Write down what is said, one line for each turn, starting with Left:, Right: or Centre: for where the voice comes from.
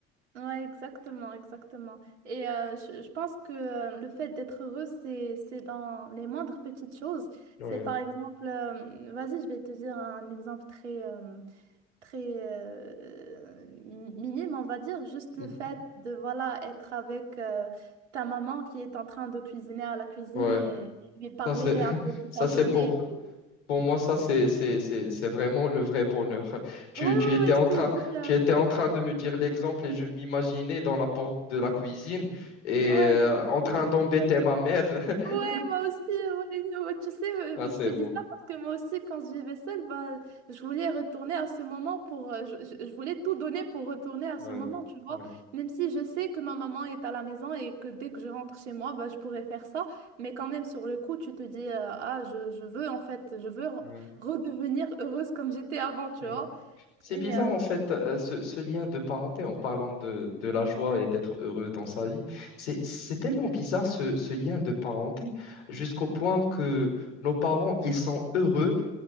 Right: Ouais, exactement, exactement. Et euh, je, je pense que euh, le fait d'être heureux, c'est, c'est dans les moindres petites choses.
Left: Ouais.
Right: C'est par exemple, euh, vas-y, je vais te dire un exemple très, euh, très euh, mi- minime, on va dire, juste
Left: Mm.
Right: le fait de voilà être avec euh, ta maman qui est en train de cuisiner à la cuisine
Left: Ouais,
Right: et lui parler
Left: ça c'est <laughs>
Right: un peu de
Left: ça
Right: ta
Left: c'est
Right: journée
Left: pour
Right: et tout.
Left: Pour moi, ça, c'est, c'est, c'est, c'est vraiment le vrai bonheur. Tu,
Right: Ouais, ouais,
Left: tu étais
Right: ouais,
Left: en
Right: je te
Left: train,
Right: dis. euh,
Left: tu étais en train de me dire l'exemple et je m'imaginais dans la porte de la cuisine et
Right: ouais,
Left: euh,
Right: exactement.
Left: en train d'embêter
Right: Tu as
Left: ma mère. <laughs>
Right: Ouais, moi aussi, ouais, ouais, tu sais, euh,
Left: Ah, c'est
Right: je t'ai
Left: beau.
Right: dit ça parce que moi aussi, quand je vivais seule, bah, je voulais retourner à ce moment pour, euh, je, je- je voulais tout donner pour retourner à
Left: Ouais,
Right: ce moment, tu vois,
Left: ouais,
Right: même si je sais que ma maman est à la maison et que dès que je rentre chez moi, bah, je pourrais faire ça, mais quand même, sur le coup, tu te dis, euh, ah, je, je veux, en fait, je veux re-
Left: ouais,
Right: redevenir heureuse comme j'étais avant, tu
Left: ouais.
Right: vois,
Left: C'est
Right: et,
Left: bizarre,
Right: euh,
Left: en fait, euh, ce, ce lien de parenté en parlant de, de la joie et d'être heureux dans sa vie. C'est, c'est tellement bizarre, ce, ce lien de parenté, jusqu'au point que nos parents, ils sont heureux